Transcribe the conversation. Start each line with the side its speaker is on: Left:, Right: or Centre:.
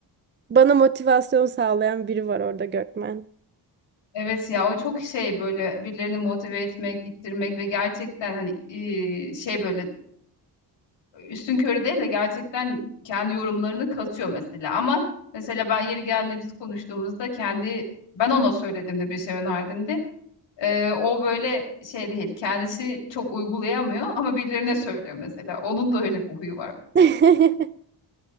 Right: bana motivasyon sağlayan biri var orada Gökmen.
Left: Evet ya o çok şey böyle birilerini motive etmek, ittirmek ve gerçekten hani e, şey böyle üstün körü değil de gerçekten kendi yorumlarını katıyor mesela. Ama mesela ben yeri geldiğinde biz konuştuğumuzda kendi ben ona söyledim de bir şey önerdim Ee, o böyle şey değil kendisi çok uygulayamıyor ama birilerine söylüyor mesela. Onun da öyle bir huyu var.
Right: <laughs>